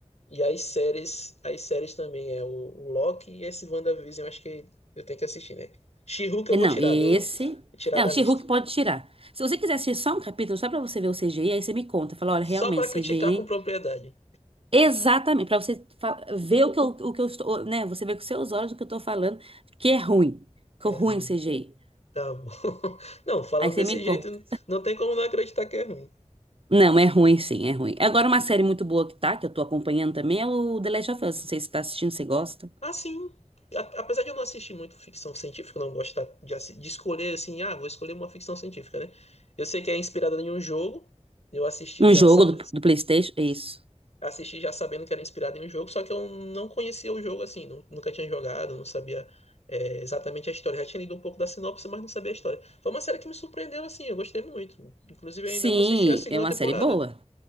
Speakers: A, on the left; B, on the right.
A: E as séries, as séries também é o o Loki e esse WandaVision, eu acho que eu tenho que assistir, né? She-Hulk eu
B: E
A: vou
B: não,
A: tirar,
B: esse...
A: do, vou tirar
B: É,
A: da
B: o
A: lista.
B: She-Hulk pode tirar. Se você quiser assistir só um capítulo, só pra você ver o CGI, aí você me conta. Fala, olha,
A: Só
B: realmente,
A: pra criticar
B: CGI
A: com propriedade.
B: Exatamente, para você fa- ver o que eu, o que eu estou, né? Você vê com seus olhos o que eu estou falando, que é ruim, que
A: É
B: é ruim
A: ruim.
B: CGI.
A: Tá bom. <laughs> Não, falando
B: Aí você
A: desse
B: me
A: jeito,
B: conta.
A: não tem como não acreditar que é ruim.
B: Não, é ruim sim, é ruim. Agora uma série muito boa que tá, que eu tô acompanhando também, é o The Last of Us. Não sei se você tá assistindo, se você gosta.
A: Ah, sim. A- Apesar de eu não assistir muito ficção científica, não gosto de, assi- de escolher assim, ah, vou escolher uma ficção científica, né? Eu sei que é inspirada em um jogo, eu assisti
B: Um
A: já,
B: jogo
A: sa-
B: do, do PlayStation, é isso.
A: assisti já sabendo que era inspirada em um jogo, só que eu não conhecia o jogo assim, nu- nunca tinha jogado, não sabia é, exatamente a história. Já tinha lido um pouco da sinopse, mas não sabia a história. Foi uma série que me surpreendeu assim, eu gostei muito. Inclusive,
B: Sim,
A: eu ainda não assisti a segunda
B: é uma
A: temporada.
B: série boa.